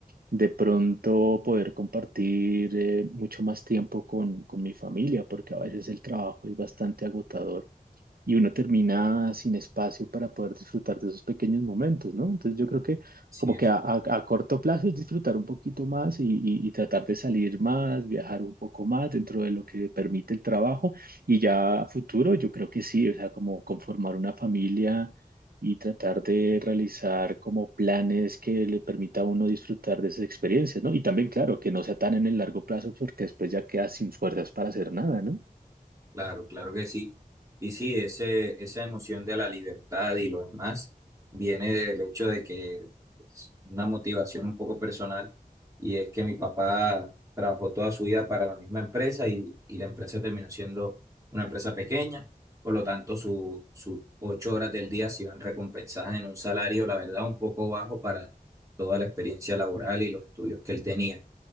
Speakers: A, on the right; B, on the right.
A: de pronto poder compartir eh, mucho más tiempo con, con mi familia, porque a veces el trabajo es bastante agotador y uno termina sin espacio para poder disfrutar de esos pequeños momentos, ¿no? Entonces yo creo que
B: Así
A: como
B: es.
A: que a, a- a corto plazo es disfrutar un poquito más y, y- y tratar de salir más, viajar un poco más dentro de lo que permite el trabajo y ya a futuro yo creo que sí, o sea, como conformar una familia y tratar de realizar como planes que le permita a uno disfrutar de esas experiencias, ¿no? Y también, claro, que no sea tan en el largo plazo porque después ya queda sin fuerzas para hacer nada, ¿no?
B: Claro, claro que sí. Y sí, ese, esa emoción de la libertad y lo demás viene del hecho de que pues, una motivación un poco personal y es que mi papá trabajó toda su vida para la misma empresa y, y la empresa terminó siendo una empresa pequeña, por lo tanto su- sus ocho horas del día se iban recompensadas en un salario, la verdad, un poco bajo para toda la experiencia laboral y los estudios que él tenía.